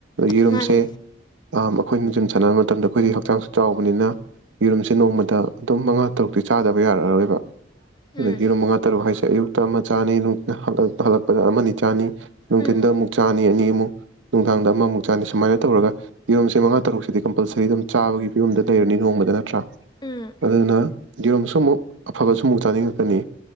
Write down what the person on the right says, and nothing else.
ꯌꯦꯔꯨꯝꯁꯦ
ꯑ ꯑꯩꯈꯣꯏꯅ ꯖꯤꯝ ꯁꯥꯟꯅꯕ ꯃꯇꯝꯗ ꯑꯩꯈꯣꯏꯒꯤ ꯍꯛꯆꯥꯡꯁꯨ ꯆꯥꯎꯕꯅꯤꯅ ꯌꯦꯔꯨꯝꯁꯦ ꯅꯣꯡꯃꯗ ꯑꯗꯨꯝ ꯃꯉꯥ ꯇꯔꯨꯛ ꯆꯥꯗꯕ ꯌꯥꯔꯔꯣꯏꯕ
ꯑꯗꯒꯤꯔ ꯃꯉꯥ ꯇꯔꯨꯛ ꯍꯥꯏꯁꯦ ꯑꯌꯨꯛ ꯇꯃ ꯆꯥꯅꯤ ꯅ ꯍꯂꯛ ꯂꯛ ꯑꯃꯅꯤ ꯆꯥꯅꯤ ꯅꯨꯡꯊꯤꯟꯗ
ꯑꯃꯨꯛ ꯆꯥꯅꯤ ꯑꯅꯤꯃꯨꯛ ꯅꯨꯡꯗꯥꯡꯗ ꯑꯃꯃꯨꯛ ꯆꯥꯗ ꯁꯨꯃꯥꯏꯅ ꯇꯧꯔꯒ ꯌꯦꯔꯨꯝꯁꯦ ꯃꯉꯥ ꯇꯔꯨꯛꯁꯤꯗꯤ ꯀꯝꯄꯜꯁꯔꯤ ꯑꯗꯨꯝ ꯆꯥꯕꯒꯤ ꯐꯤꯕꯝꯗ ꯂꯩꯔꯅꯤ ꯅꯣꯡꯃꯗ ꯅꯠꯇ꯭ꯔꯥ
ꯑꯗꯨꯅ ꯌꯦꯔꯨꯝꯁꯨ ꯑꯃꯨꯛ ꯑꯐꯕꯁꯨ ꯑꯃꯨꯛ ꯆꯥꯅꯤꯡꯉꯛꯀꯅꯤ